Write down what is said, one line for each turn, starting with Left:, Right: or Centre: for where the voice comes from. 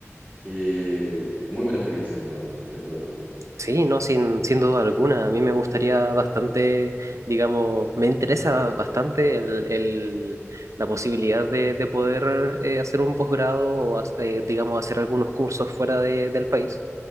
Left: eh, muy buena experiencia en verdad, dentro de todo.
Right: Sí, no, sin, sin duda alguna. A mí me gustaría bastante, digamos, me interesa bastante el, el- la posibilidad de, de poder eh, hacer un posgrado o, hac- eh, digamos, hacer algunos cursos fuera de- del país.